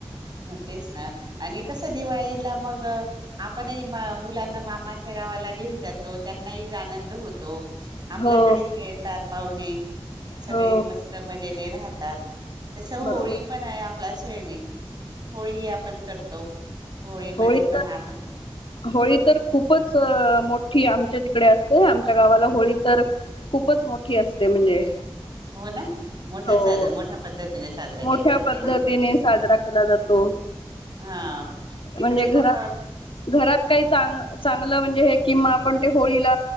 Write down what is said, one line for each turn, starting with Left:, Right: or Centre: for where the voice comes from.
Right: म तेच ना आणि कस दिवाळीला मग आपणही म मुलांना मामाच्या गावाला घेऊन जातो त्यांनाही आनंद होतो. आपल्याकडही
Left: हो
Right: येतात पाहुणे सगळे
Left: हो
Right: मस्त मजेने राहतात तस होळी
Left: बरोबर
Right: पण आहे आप ल्या सने होळी आपण करतो होळीमध्ये
Left: होळी
Right: पण
Left: तर
Right: आपण
Left: होळी तर खूपच अं मोठी आमच्या तिकडे असते आमच्या गावाला होळी तर खूपच मोठी असते म्हणजे
Right: हो ना मोठ्या
Left: हो
Right: साज मोठ्या पद्धतीने साजरे
Left: मोठ्या
Right: केले जाते
Left: पद्धतीने
Right: ना
Left: साजरा केला जातो
Right: हा तिकडे
Left: म्हणजे घर
Right: मग
Left: घरात काही चांग चांगलं म्हणजे हे किंवा आपण ते होळीला